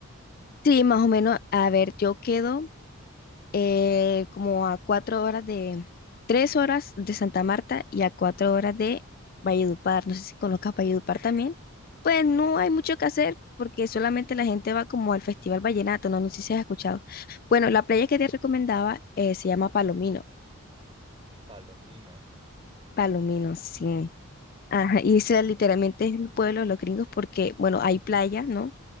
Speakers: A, on the left; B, on the right.
A: Sí, más o menos, a ver, yo quedo eh, como a cuatro horas de, tres horas de Santa Marta y a cuatro horas de Valledupar. No sé si conozcas Valledupar también. Pues no hay mucho que hacer porque solamente la gente va como al Festival Vallenato, no, no sé si has escuchado. Bueno, la playa que te recomendaba eh, se llama Palomino.
B: Palomino.
A: Palomino, sí. Ajá,
B: Mm,
A: y
B: <laughs>
A: ese literalmente es el pueblo de los gringos porque, bueno, hay playa, ¿no?